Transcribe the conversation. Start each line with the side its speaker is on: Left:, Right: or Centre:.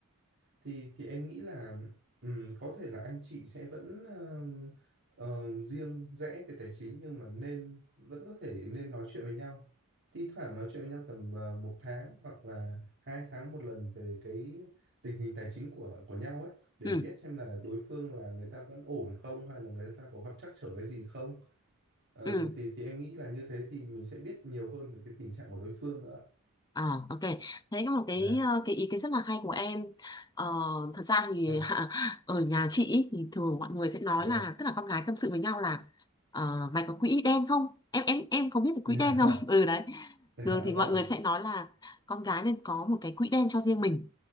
Right: thì thì em nghĩ là ừm, có thể là anh chị sẽ vẫn ờm, ờm, riêng rẽ về tài chính nhưng mà nên vẫn có thể nên nói chuyện với nhau thi thoảng nói chuyện với nhau tầm ờ, một tháng hoặc là hai tháng một lần về cái tình hình tài chính của của nhau ấy để
Left: ừ
Right: biết xem là đối phương là người ta vẫn ổn không hay là người ta có gặp trắc trở cái gì không Ờ,
Left: ừ
Right: thì thì em nghĩ là như thế thì mình sẽ biết nhiều hơn về cái tình trạng của đối phương nữa
Left: À, ok. Thế có một cái
Right: dạ
Left: ờ, cái ý kiến rất là hay của em. Ờ, thật ra thì
Right: dạ
Left: <laughs> ở nhà chị ý, thì thường mọi người sẽ nói
Right: dạ
Left: là tức là con gái tâm sự với nhau là ờ, mày có quỹ đen không? Em em em có biết
Right: <laughs>
Left: cái
Right: dạ
Left: quỹ đen không? <laughs> Ừ đấy.
Right: dạ
Left: Thường thì mọi
Right: vâng
Left: người sẽ nói là con gái nên có một cái quỹ đen cho riêng mình.